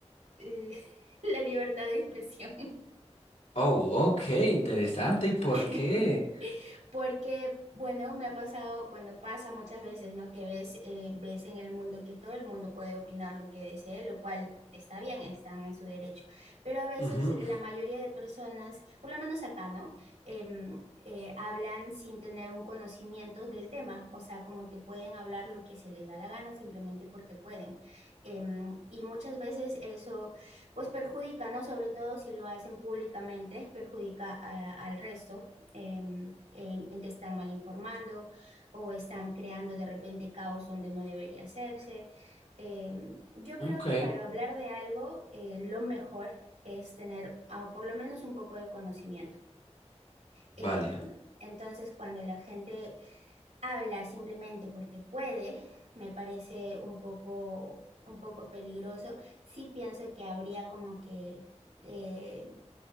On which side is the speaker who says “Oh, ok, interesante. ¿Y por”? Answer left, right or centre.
Left